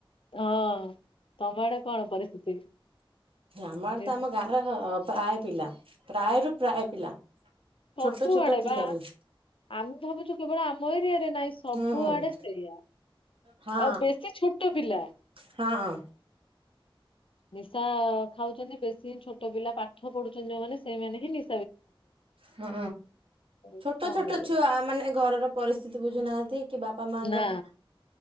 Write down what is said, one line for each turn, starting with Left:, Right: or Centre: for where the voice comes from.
Left: ହଁ, ତମ ଆଡେ କଣ ପରିସ୍ଥିତି?
Right: ଆମଆଡେ
Left: ନିଶ୍
Right: ତ ଆମ ଗାଁର ପ୍ରାୟ ପିଲା ପ୍ରାୟରୁ ପ୍ରାୟ ପିଲା।
Left: ସବୁଆଡେ
Right: ଛୋଟ ଛୋଟ ପିଲା
Left: ବା
Right: ବି।
Left: ଆମେ ଭାବୁଚୁ କେବଳ ଆମ ଏରିଆରେ। ନାଇଁ ସବୁଆଡେ
Right: ହୁଁ।
Left: ସେଇଆା,
Right: ହଁ
Left: ଆଉ ବେଶୀ ଛୋଟ ପିଲା।
Right: ହଁ।
Left: ନିଶା ଖାଉଚନ୍ତି, ବେଶୀ ହିଁ ଛୋଟ ପିଲା ପାଠ ପଢୁଚନ୍ତି ଯୋଉମାନେ। ସେଇମାନେ ହଁ ନିଶ୍
Right: ହଁ
Left: ଆଉ
Right: ଛୋଟ
Left: କଣ
Right: ଛୋଟ
Left: କରିବା
Right: ଛୁଆ ମାନେ ଘରର ପରିସ୍ଥିତି ବୁଝୁନାହାନ୍ତି କି ବାପା ମାଙ୍କର
Left: ନା।